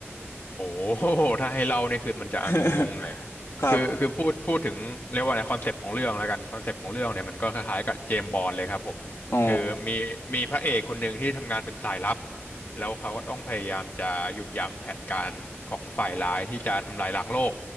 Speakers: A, on the left (about 50°); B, on the left (about 75°).
A: โอ้โห <laughs> ถ้าให้เล่านี่คือมันจะงงๆหน่อย
B: <laughs> ครับ
A: คือคือพูดพูดถึงเรียกว่าในคอนเซปต์ของเรื่องแล้วกันคอนเซปต์ของเรื่องเนี่ยมันก็คล้ายๆกับเจมส์บอนด์เลยครับผมคือมีมีพระเอกคนหนึ่งที่ทำงานเป็นสายลับ
B: อ๋อ
A: แล้วเขาก็ต้องพยายามจะหยุดยั้งแผนการของฝ่ายร้ายที่จะทำลายล้างโลก